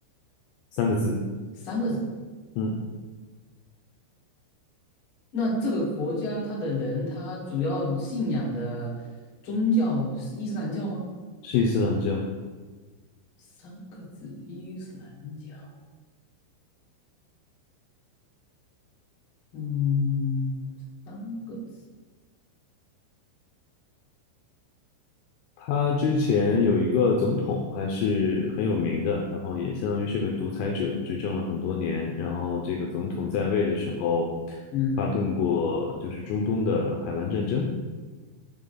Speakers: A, on the left; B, on the left.
A: 三个字。
B: 三个字。
A: 嗯
B: 那这个国家它的人，他主要信仰的宗教是伊斯兰教吗？
A: 是伊斯兰教。
B: 三个字，伊斯兰教。嗯，三个字。
A: 他之前有一个总统还是很有名的，然后也相当于是个独裁者，执政了很多年。然后这个总统在位的时候，
B: 嗯，
A: 发动过就是中东的海湾战争。